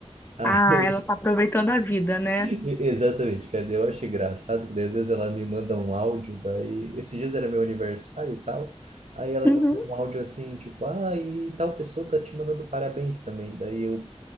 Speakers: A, on the right (about 80°); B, on the left (about 20°).
A: <laughs>
B: Ah, ela tá aproveitando a vida, né?
A: Exatamente, cara. Eu acho engraçado que daí, às vezes ela me manda um áudio, daí esses dias era meu aniversário e tal. Aí ela
B: Uhum.
A: me manda um áudio assim, tipo, ah, e tal pessoa tá te mandando parabéns também. Daí eu